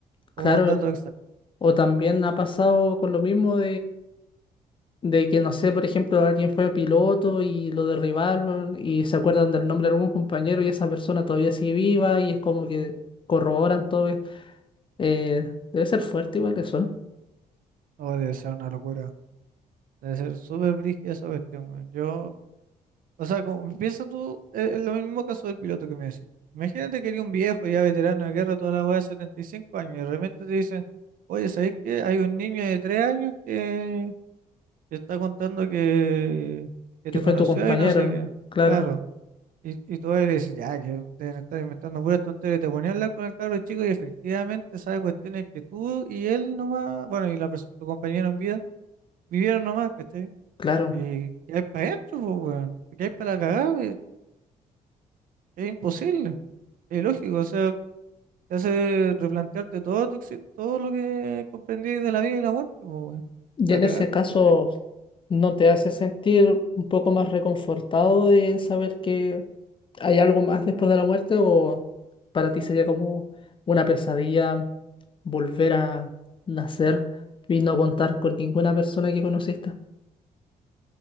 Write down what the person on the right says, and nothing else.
como
con datos
Oh, debe ser una locura. Debe ser súper brígida esa cuestión, weón. Yo, o sea, como, piensa tú, eh, lo mismo caso del piloto que me decís. Imagínate que eres un viejo ya veterano de guerra, toda la weá de 75 años, y de repente te dicen, oye, ¿sabés qué? Hay un niño de 3 años que, que está contando que, que
te
conoció
y no sé qué.
Claro. Y, y tú vas y le decís, ya, que deben estar inventando puras tonterías. Y te ponías a hablar con el cabro chico y efectivamente sabe cuestiones que tú y él nomás, bueno, y la, pers- tu compañero en vida, vivieron nomás, ¿cachai?
Eh, ¿qué hay para esto, po, weón? ¿Qué hay para la cagada? Es, es imposible, es lógico, o sea, te hace replantearte todo, tu, exi- todo lo que comprendí de la vida y la muerte, po, weón.
A
cagar,
¿cachai?